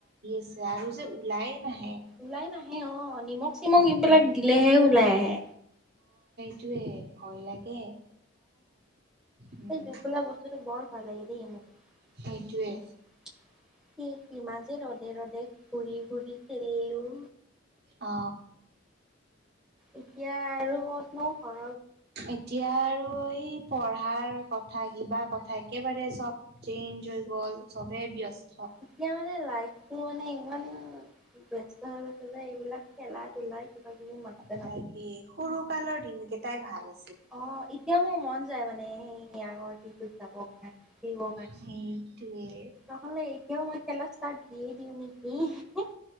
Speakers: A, on the right; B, in the centre.
A: পিছে আৰু যে ওলাইয়ে নাহে।
B: ওলাই নাহে অ নিমখ চিমখ এইবিলাক
A: উম
B: দিলেহে ওলাই আহে।
A: সেইটোয়ে ভয় লাগে। উম,
B: সেই জোক বোলা বস্তুটো বৰ ভয়‌ লাগে দেই মোক।
A: সেইটোৱে
B: কি কিমান যে ৰদে ৰদে ঘূৰি ঘূৰি খেলিলোঁ।
A: অঁ।
B: এতিয়া আৰু ক'তনো হ'য়।
A: এতিয়া আৰু এই পঢ়া ৰাৰ কথা কিবা কথা একেবাৰে চব চেইঞ্জ হৈ গ'ল চবে ব্যস্ত।
B: এতিয়া মানে লাইফটো মানে ইমান। ব্যস্ত হৈ আছে যে এইবিলাক খেলা ধূলা কিবা কিবি। মনতে
A: তাকে সৰুকালৰ দিন কেইটাই ভাল আছিল।
B: অ এতিয়াও মোৰ মন যায় মানে সেই আগৰ দিনবোৰত যাব কাৰণে।
A: সেইটোৱে
B: নহলে এতিয়াও মই খেলা ষ্টাৰ্ট দিয়ে দিওঁ নেকি। ইহ হি।